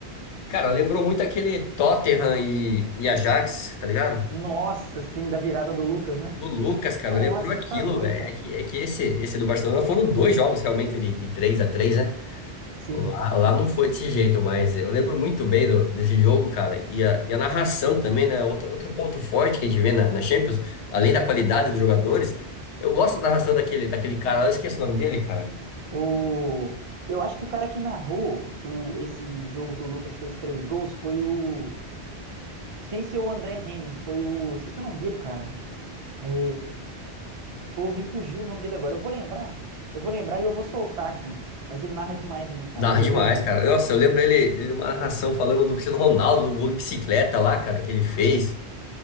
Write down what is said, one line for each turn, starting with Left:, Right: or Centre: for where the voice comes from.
Left: cara, lembrou muito aquele Tottenham e, e Ajax, tá ligado?
Right: Nossa, sim, da virada do Lucas, né?
Left: Do Lucas, cara,
Right: Nossa,
Left: lembrou aquilo,
Right: tá doido,
Left: velho.
Right: cara.
Left: É que, é que esse, esse do Barcelona foram dois jogos realmente de, de 3x3, né?
Right: Sim.
Left: Lá, lá não foi desse jeito, mas eu lembro muito bem do- desse jogo, cara. E a, e a narração também, né? Outro, outro ponto forte que a gente vê na, na Champions, além da qualidade dos jogadores, eu gosto da narração daquele, daquele cara lá, eu esqueço o nome dele, cara.
Right: O... Eu acho que o cara que narrou o... esse jogo que o Lucas fez três gols foi o. Sem ser o André Henning, foi o. Esqueci o nome dele, cara. É... Pô, me fugiu o nome dele agora. Eu vou lembrar. Eu vou lembrar e eu vou soltar aqui. Mas ele narra demais mesmo, cara.
Left: Narra
Right: Ele
Left: demais,
Right: é doideiro.
Left: cara. Nossa, eu lembro ele, ele uma narração falando do Cristiano Ronaldo, do gol de bicicleta lá, cara, que ele fez,